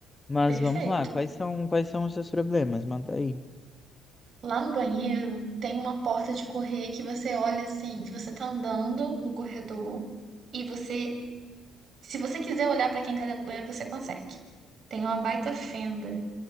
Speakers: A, on the left (about 20°); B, on the right (about 45°).
A: Mas
B: Perfeito.
A: vamos lá, quais são, quais são os seus problemas? Manda aí.
B: Lá no banheiro tem uma porta de correr que você olha assim, que você tá andando no corredor e você, se você quiser olhar pra quem tá dentro do banheiro, você consegue. Tem uma baita fenda.